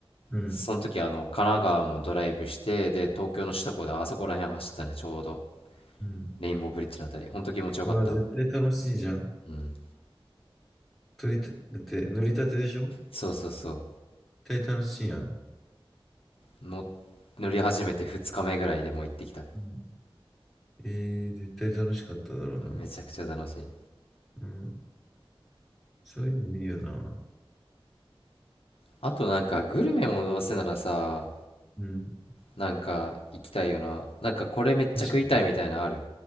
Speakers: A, in the centre; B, on the left.
A: うん。
B: その時あの、神奈川もドライブして、で、東京の首都高であそこら辺走ったね、ちょうど。
A: うん。
B: レインボーブリッジのあたり。ほんと気持ちよかった。
A: うわ、絶対楽しいじゃん。
B: うん。
A: 取りた、だって乗りたてでしょ
B: そうそうそ
A: 絶対楽しいやん。
B: うの乗り始めて2日目ぐらいでもう行ってきた
A: うん。えー、絶対楽しかっただろうな。
B: めちゃくちゃ楽しい
A: うん。そういうのいいよな。
B: あとなんかグルメもどうせならさ
A: うん。
B: なんか行きたいよななんかこれめっちゃ食いたいみたいなのある
A: 確かに。